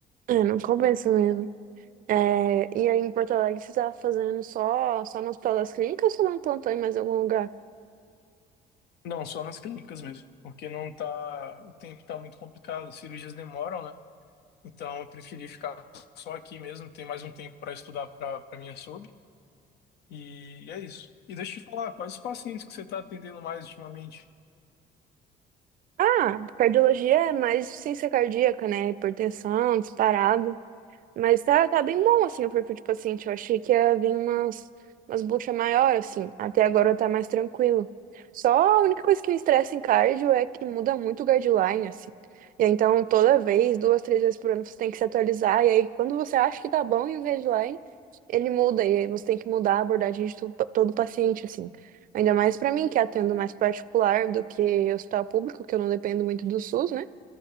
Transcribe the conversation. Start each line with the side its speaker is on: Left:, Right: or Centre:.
Right: É, não compensa mesmo. É, e aí em Porto Alegre você tá fazendo só, só no Hospital das Clínicas ou só dá um plantão em mais algum lugar?
Left: Não, só nas clínicas mesmo, porque não tá, o tempo tá muito complicado, as cirurgias demoram, né? Então eu preferi ficar só aqui mesmo, ter mais um tempo para estudar para para minha sub, e é isso. E deixa eu te falar, quais os pacientes que você está atendendo mais ultimamente?
Right: Ah, cardiologia é mais ciência cardíaca, né? Hipertensão, disparado. Mas tá, tá bem bom, assim, o perfil de paciente. Eu achei que ia vir umas, umas buchas maiores, assim. Até agora tá mais tranquilo. Só a única coisa que me estressa em cardio é que muda muito o guideline, assim. E aí, então, toda vez, duas, três vezes por ano, você tem que se atualizar. E aí, quando você acha que tá bom em guideline, ele muda. E aí, você tem que mudar a abordagem de tu- todo paciente, assim. Ainda mais pra mim, que atendo mais particular do que hospital público, que eu não dependo muito do SUS, né?